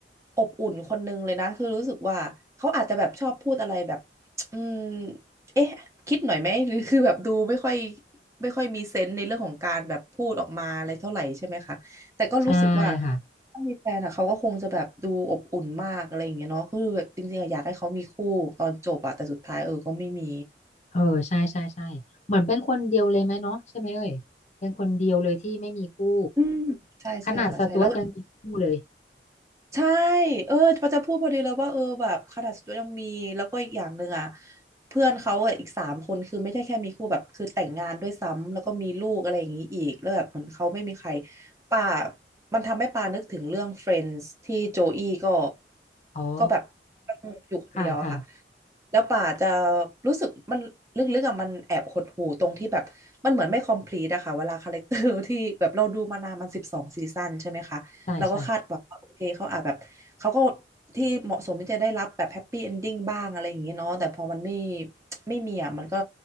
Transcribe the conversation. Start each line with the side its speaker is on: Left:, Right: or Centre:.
Right: อบอุ่นคนนึงเลยนะคือรู้สึกว่าเขาอาจจะแบบชอบพูดอะไรแบบอืมเอ๊ะคิดหน่อยไหมหรือคือแบบดูไม่ค่อยไม่ค่อยมีเซนส์ในเรื่องของการแบบพูดออกมาอะไรเท่าไหร่ใช่ไหมคะแต่ก็รู้สึกว่า
Left: ใช่ค่ะ
Right: ถ้ามีแฟนอ่ะเขาก็คงจะแบบดูอบอุ่นมากอะไรอย่างเงี้ยเนาะคือแบบจริงๆอะอยากให้เขามีคู่ตอนจบอะแต่สุดท้ายเออก็ไม่มี
Left: เออใช่ใช่ใช่เหมือนเป็นคนเดียวเลยไหมเนาะใช่ไหมเอ่ยเป็นคนเดียวเลยที่ไม่มีคู่
Right: อืมใช่ใช่ค่ะใช่แล้ว
Left: ขนาดสจ๊วตยังมีคู่เลย
Right: ใช่ เออปาจะพูดพอดีเลยว่าเออแบบขนาดาสตูยังมีแล้วก็อีกอย่างหนึ่งอ่ะเพื่อนเขาอะอีกสามคนคือไม่ใช่แค่มีคู่แบบคือแต่งงานด้วยซ้ำแล้วก็มีลูกอะไรอย่างนี้อีกแล้วแบบเหมือนเขาไม่มีใครป่ามันทำให้ป่านึกถึงเรื่อง Friends ที่โจอี้ก็
Left: อ๋อ
Right: ก็แบบอยู่คนเดียวอะค่ะ
Left: ค่ะค่ะ
Right: แล้วป่าจะรู้สึกมันลึกๆอ่ะมันแอบหดหู่ตรงที่แบบมันเหมือนไม่ complete อะค่ะเวลาคาแรคเตอร์ที่แบบเราดูมานานมันสิบสองซีซั่นใช่ไหมคะ
Left: ใช่ใช่
Right: เราก็คาดหวังว่าโอเคเขาอาจแบบเขาก็ที่เหมาะสมที่จะได้รับแบบแฮปปี้เอนดิ้งบ้างอะไรอย่างเงี้ยเนาะแต่พอมันไม่ไม่มีอ่ะมันก็